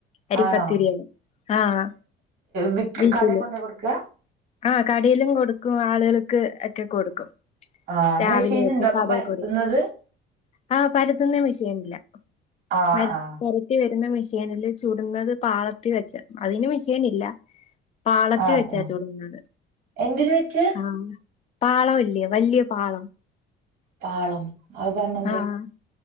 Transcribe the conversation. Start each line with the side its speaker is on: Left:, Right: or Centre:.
Left: അരിപ്പത്തിരിയാണ്
Right: ആണോ
Left: ആഹ്
Right: വിക്ക്
Left: വീട്ടില്
Right: കടേ കൊണ്ടേ കൊടുക്ക
Left: ആഹ് കടയിലും കൊടുക്കും ആളുകൾക്ക് ഒക്കെ കൊടുക്കും.
Right: ആഹ്
Left: രാവിലെക്കെ
Right: മെഷീൻ ഉണ്ടോ അപ്പൊ
Left: കടേ
Right: പരത്തുന്നത്
Left: കൊടുക്കും. ആഹ് പരത്തുന്നേ മിഷൈൻ ഇല്ല
Right: ആഹ്
Left: പര
Right: ആഹ്
Left: പര ത്തിവരുന്ന മെഷീനില് ചുടുന്നത് പാളത്തിവെച്ച അതിന് മെഷീൻ ഇല്ല. പാളത്തിവെച്ചാ
Right: ആഹ് ആഹ്
Left: ചൂടുന്നത്
Right: എന്തില് വെച്ച്
Left: ആഹ്. പാളംല്ലേ വല്ല്യ പാളം.
Right: പാളം. അത് പറഞ്ഞെന്തുവാ
Left: ആഹ്